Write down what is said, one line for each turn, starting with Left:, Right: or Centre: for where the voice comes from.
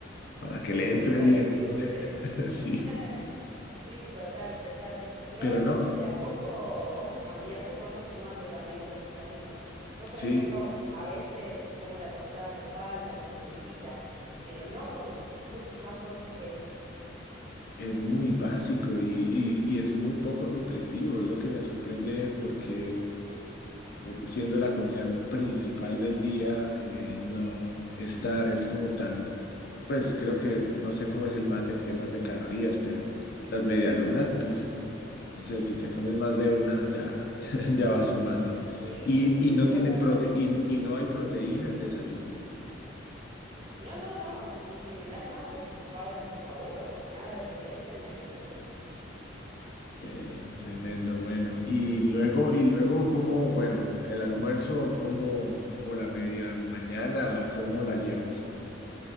Left: para que le
Right: Sí,
Left: entre
Right: para
Left: bien.
Right: que te guste.
Left: <laughs> Sí,
Right: <laughs> Sí, total, total. Pero
Left: pero
Right: bueno,
Left: no,
Right: yo creo que de a poco vamos cambiando y vamos sumando también otros desayunos. Yo, por
Left: sí,
Right: ejemplo, a veces como la tostada con palta, con semillita, pero no con muchas más cosas que eso.
Left: es muy básico y, y, y es muy poco nutritivo. Es lo que me sorprende porque por- siendo la comida principal del día, eh, no está, es como tan, pues creo que no sé cómo es el mate en temas de calorías, pero las medialunas, puf, no sé, si te comes más de una, ya, <laughs> ya va sumando.
Right: Sí,
Left: Y, y no
Right: totalmente.
Left: tienen prote y, y no hay proteína al desayuno.
Right: No, no, no, en general no, nuestros padres, nuestros abuelos, nada de proteína en el desayuno.
Left: Eh, tremendo, bueno. Y luego, y luego, ¿cómo, bueno, el almuerzo, cómo, o la media mañana, cómo la llevas?